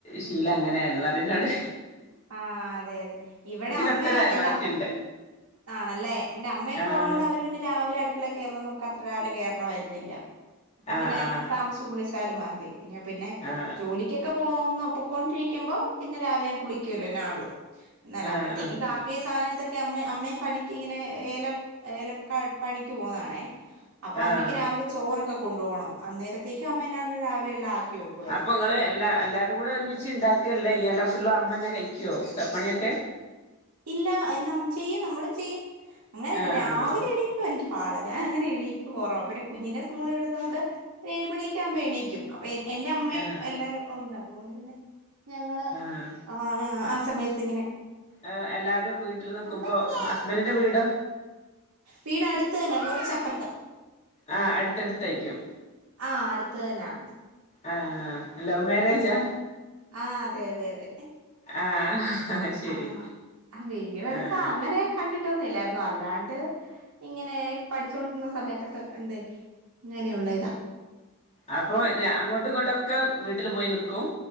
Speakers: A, on the left (about 30°); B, on the right (about 75°).
A: ശീലം അങ്ങനേണ്ന്നർഞ് ന്നോട്
B: ആഹ് അതെയതെ ഇവടമ്മയൊ
A: തൊട്ടൊരു അയൽവാസിണ്ട്
B: എന്റ ആണല്ലോ, എന്റെ അമ്മയൊക്കെ
A: ആഹ്
B: ഉള്ളോണ്ട് അവര് പിന്നെ രാവിലെ അട് ക്കളെ കേറുന്ന നമുക്കത്ര രാവിലെ കേറണ്ടവര്ന്നില്ല, അപ്പൊ
A: ആഹ്
B: പിന്നെ
A: ആഹ്
B: താമസിച്ച് കുളിച്ചാലും മതി പിന്നെ പിന്നെ
A: ആഹ്
B: ജോലിക്കൊക്കെ പോക്ന്ന പൊക്കോണ്ടിരിക്കുമ്പം പിന്നെ രാവിലെയങ്ങ് കുളിക്കുവല്ലോ എന്നാആണേലും എന്നല്ല,
A: ആഹ്
B: അപ്പഴത്തേക്കും
A: ആഹ്
B: കാപ്പിയ സാന ഇതൊക്കെ അമ്മ അ മ്മേം പണിക്ക് ഇങ്ങനെ എ ഏലം ഏലക്കാ എട് പണിക്ക് പോന്നതാണേ അപ്പ
A: ആഹ്
B: അമ്മക്ക് രാവിലെ ചോറൊക്കെ കൊണ്ട്പോണം. അന്നേരത്തേക്കും അമ്മ എന്നാണേലും രാവിലെയെല്ലാം ആക്കിവെക്കും.
A: അപ്പം ഇങ്ങള് എല്ലാ എല്ലാരുംകൂടെ ഒരുമിച്ച്ണ്ടാക്ക അല്ല യ്യാ, എല്ലാ ഫുള്ള് അമ്മന്നെ കഴിക്കുവോ, പെ പണിയൊക്കെ
B: ഇല്ലാ നം ചെയ്യും നമ്മളും ചെയ്യും. അങ്ങനെ
A: ആഹ്
B: രാവിലെണീ
A: ആഹ്
B: പ്പ് എനിക്ക് പാടാ, ഞാ അങ്ങനെ എണീപ്പ് കൊറവാ, പിന്നെ കുഞ്ഞിനെ സ്കുളിവിട്ന്നകൊണ്ട് ഏഴ്മണിക്കെയാവുമ്പോ എണീക്കും. അപ്പ എന്റെ അമ്മയൊക്കെ
A: ആഹ്
B: എല്ലാരും ഒണ്ട് അതുകൊണ്ട് പിന്നെ ഞങ്ങള്
A: ആഹ്
B: ആഹ് ആ സമയത്ത് ഇങ്ങനെ
A: ഇഹ്, എല്ലാരും വീട്ടില് നിക്കുമ്പോ
B: അമ്മച്ചിയേ.
A: ഹസ്ബന്റ്ന്റെ വീടോ
B: വീടട്ത്തന്നെ കൊറച്ചപ്പർത്താ
A: ആഹ് അട്ത്തട്ത്തയ്ക്ക്യും.
B: ആഹ് അട്ത്ത് തന്നാ.
A: ആഹ് ലൗ മാരേജാ?
B: ആഹ് അതെ അതെ അതെ.
A: ആഹ് ശരി
B: ആഹ് വീടടുത്താ
A: ആഹ്
B: അങ്ങനെ കണ്ടിട്ടൊന്നും ഇല്ലായ്രുന്നു. അല്ലാണ്ട് ഇങ്ങനെ പഠിച്ചോണ്ടിര്ന്ന സമയത്തൊക്കെ കണ്ട് അങ്ങനെയുള്ളയിതാ.
A: അപ്പ അങ്ങോട്ടും ഇങ്ങോട്ടും ഒക്കെ വീട്ടില് പോയി നിക്കും?